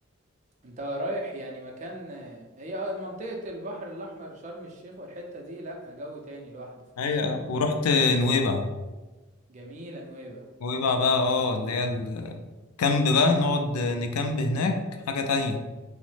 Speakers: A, on the right; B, on the left.
A: انت رايح يعني مكان هي آه، منطقة البحر الأحمر شرم الشيخ والحتة دي لا جو تاني لوحده في
B: ايوه
A: مصر
B: ورحت نويبع
A: جميلة نويبة
B: نويبع بقى اه اللي هي الكامب بقى نقعد نكامب هناك حاجة تانية